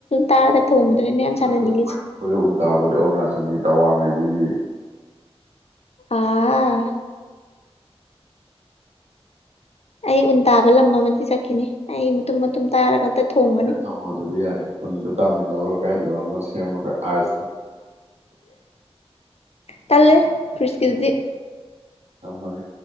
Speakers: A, on the left; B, on the right.
A: ꯇꯥꯔꯒ ꯊꯣꯡꯕꯗꯨꯅꯤꯅꯦ ꯌꯥꯝ ꯁꯥꯟꯅꯅꯤꯡꯉꯤꯁꯦ
B: ꯅꯠꯇ ꯇꯥꯕꯗꯤ ꯑꯔꯨꯅꯥꯆꯜꯒꯤ ꯇꯋꯥꯡ ꯂꯩꯁꯤꯗꯤ
A: ꯑꯥ ꯑꯩ ꯎꯟ ꯇꯥꯕ ꯂꯝ ꯑꯃꯗꯤ ꯆꯠꯈꯤꯅꯤ ꯑꯩ ꯃꯇꯨꯝ ꯃꯇꯨꯝ ꯇꯥꯔꯒ ꯑꯝꯇ ꯊꯣꯡꯒꯅꯤ
B: ꯊ ꯑꯗꯨꯗꯤ ꯌꯥꯔꯦ ꯑꯣꯟ ꯇꯥꯃꯅꯔꯣ ꯀꯥꯏꯗ꯭ꯔꯣ ꯦ ꯃ ꯑꯦꯁ
A: ꯇꯥꯂꯦ ꯐꯔꯤꯁꯀꯤꯗꯤ
B: ꯊꯃꯒ